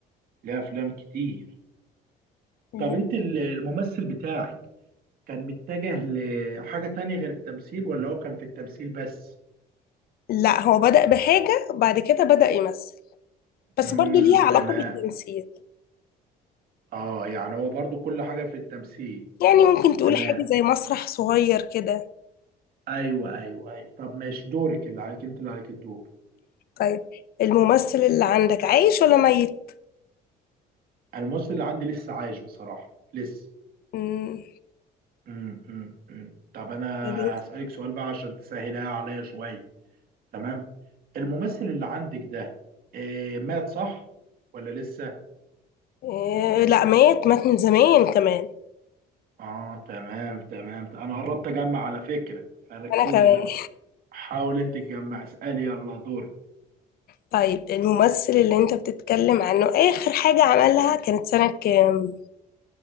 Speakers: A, on the right (about 60°); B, on the left (about 65°).
A: ليه أفلام كتير
B: مم.
A: طب أنت ال- الممثل بتاعك كان متجه لحاجة تانية غير التمثيل ولا هو كان في التمثيل بس؟
B: لا هو بدأ بحاجة بعد كده بدأ يمثل بس
A: امم
B: برضو ليها علاقة
A: تمام
B: بالتمثيل
A: اه يعني هو برضو كل حاجة في التمثيل
B: يعني ممكن تقول
A: تمام
B: حاجة زي مسرح صغير كده
A: ايوه ايوه ايوه طب ماشي دورك اللي عليك انت اللي عليك الدور
B: طيب الممثل اللي عندك عايش ولا ميت
A: الممثل اللي عندي لسه عايش بصراحة لسه
B: مم،
A: امم امم أمم. طب انا
B: يا بنتي.
A: هسألك سؤال بقى عشان تسهلها عليا شوية تمام الممثل اللي عندك ده إيه مات صح ولا لسه؟
B: آه، لا مات مات من زمان كمان
A: اه تمام تمام انا قربت اجمع على فكرة فركزي
B: انا كمان
A: بقى حاول انت تجمع اسألي يلا دورك
B: طيب الممثل اللي انت بتتكلم عنه اخر حاجة عملها كانت سنة كام